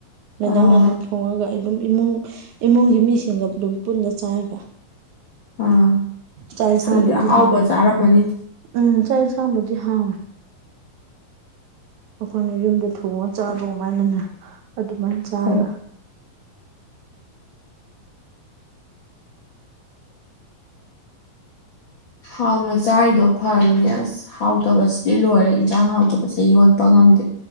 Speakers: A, on the right (about 70°); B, on the left (about 50°).
A: ꯃꯦꯗꯥꯝꯅ
B: ꯑꯣ
A: ꯑꯗꯨꯝ ꯊꯣꯡꯉꯒ ꯑꯩ ꯑꯗꯨꯝ ꯏꯃꯨꯡ ꯏꯃꯨꯡꯒꯤ ꯃꯤꯁꯤꯡꯒ ꯑꯗꯨꯝ ꯄꯨꯟꯗ ꯆꯥꯏꯕ
B: ꯑꯥ
A: ꯆꯥꯏꯁ
B: ꯑꯁ ꯑꯗꯨꯗꯤ
A: ꯍꯥꯡꯕꯕꯨꯙ
B: ꯑꯍꯥꯎꯕ
A: ꯍꯥ
B: ꯆꯥꯔꯝꯃꯅꯤ
A: ꯎꯝ ꯁꯥꯏꯟꯁꯥꯡꯕꯖꯤ ꯍꯥ ꯑꯩꯈꯣꯏꯅ ꯌꯨꯝꯗ ꯊꯣꯡꯉꯣ ꯆꯥꯕꯧꯃꯥꯏꯅꯅ ꯑꯗꯨꯃꯥꯏꯅ ꯆꯥꯕ
B: ꯑꯣ ꯍꯥꯎ ꯃꯆꯥꯔꯤꯗꯣ ꯐꯔꯤꯅꯦ ꯑꯁ ꯍꯥꯎꯇꯕꯁꯤꯗꯤ ꯂꯣꯏꯔꯦ ꯌꯦꯟꯁꯥꯡ ꯍꯥꯎꯇꯕꯁꯦ ꯌꯣꯠꯄ ꯉꯝꯗꯦ